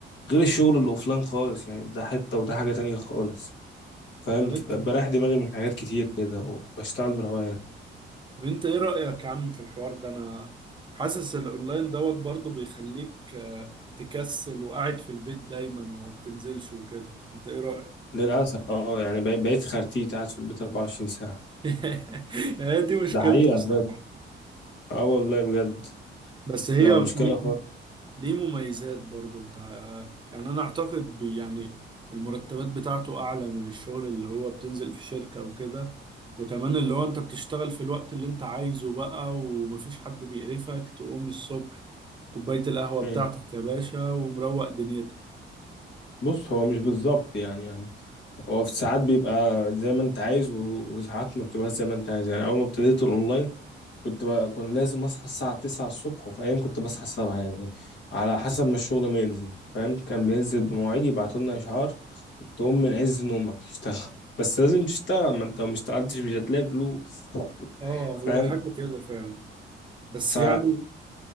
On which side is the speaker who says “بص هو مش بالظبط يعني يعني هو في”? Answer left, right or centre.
Left